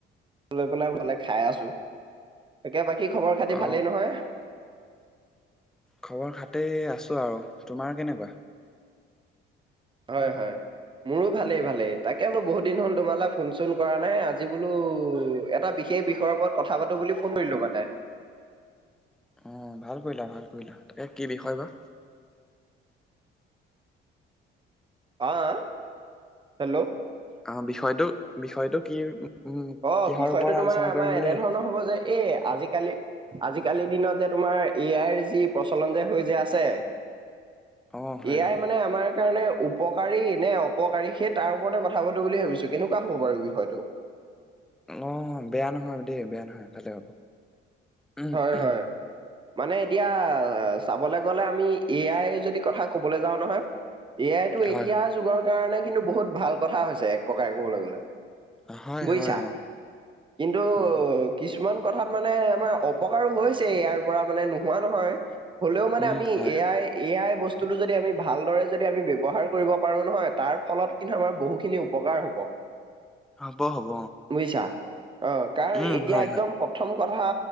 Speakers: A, on the right (about 25°); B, in the centre.
A: লৈ পেলাই ভালে খাই আছো তাকে বাকী খবৰ খাতি
B: অ
A: ভালেই নহয়
B: খবৰ খাতি আছোঁ আৰু তোমাৰ কেনেকুৱা
A: হয় হয় মোৰো ভালেই ভালেই তাকে বোলো বহুত দিন হ'ল তোমালে ফোন চোন কৰা নাই আজি বোলো এটা বিশেষ বিষয়ৰ ওপৰত কথা পাতো বুলি ফোন কৰিলো মানে
B: অ ভাল কৰিলা ভাল কৰিলা তাকে কি বিষয় বা
A: অঁ হেল্ল'
B: অ', বিষয়টো বিষয়টো কি উম
A: অ',
B: কিহৰ
A: বিষয়টো
B: ওপৰত
A: তোমাৰ
B: আলোচনা
A: আমাৰ
B: কৰিম
A: এনেধৰণৰ
B: বুলি ভাবিলা
A: হব যে এ আজি কালি আজিকালিৰ দিনত যে তোমাৰ এ আইৰ যি প্ৰচলন যে হৈ যে আছে
B: অ হয়
A: এ আই
B: হয়
A: মানে আমাৰ কাৰণে উ উপকাৰী নে অপকাৰী সেই তাৰ ওপৰতে কথা পাতো বুলি ভাবিছো কেনেকুৱা হ'ব বাৰু বিষয়টো
B: অ', বেয়া নহয় দেই বেয়া নহয় ভালেই হ'ব। উম
A: হয়
B: উম
A: হয় মানে এতিয়া চাবলে গ'লে আমি এ আই যদি কথা কবলে যাওঁ নহয় এ আইতো
B: হয়
A: এতিয়া যুগৰ কাৰণে কিন্তু বহুত ভাল কথা হৈছে এক প্ৰকাৰে কবলে গলে
B: হয়
A: বুজিছা
B: হয় অ
A: কিন্তু
B: উম
A: কিছুমান কথাত মানে আমাৰ অপকাৰো হৈছে ইয়াৰ পৰা মানে নোহোৱা নহয় হলেও মানে
B: উম
A: আমি
B: হয়
A: এ
B: হয়
A: আই এ আই বস্তুটো যদি আমি ভালদৰে যদি আমি ব্যৱহাৰ কৰিব পাৰো নহয় তাৰ ফলত কিন্তু আমাৰ বহুখিনি উপকাৰ হ'ব
B: হ'ব হ'ব
A: বুইছা অ কাৰণ
B: উম
A: এতিয়া
B: হয়
A: একদম
B: হয়
A: প্ৰথম কথা